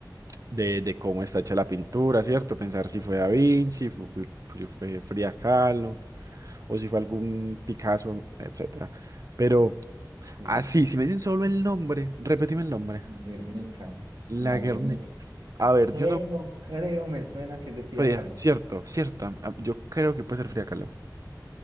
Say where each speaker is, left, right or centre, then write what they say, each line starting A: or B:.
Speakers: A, on the right; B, on the right.
A: de, de cómo está hecha la pintura, ¿cierto? Pensar si fue Da Vinci, fu- fu- fu- fue, Frida Kahlo, o si fue algún Picasso, etcétera. Pero
B: Sí.
A: así, si me dicen solo el nombre, repetime el nombre.
B: Guernica,
A: Laguerre.
B: la Guernica.
A: A ver,
B: Creo,
A: yo no.
B: creo, me suena que es de Frida
A: Frida,
B: Kahlo.
A: cierto, cierto. ah, Yo creo que puede ser Frida Kahlo.